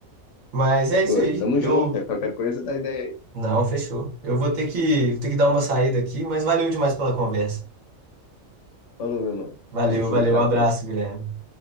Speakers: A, on the right; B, on the left.
A: Mas é isso
B: Pô,
A: aí.
B: tamo
A: Eu.
B: junto, é. Qualquer coisa dá ideia aí.
A: Não, fechou. Eu vou ter que, vou ter que dar uma saída aqui, mas valeu demais pela conversa.
B: Falou, meu mano.
A: Valeu,
B: Tamo junto,
A: valeu,
B: até a
A: abraço,
B: próxima.
A: Guilherme.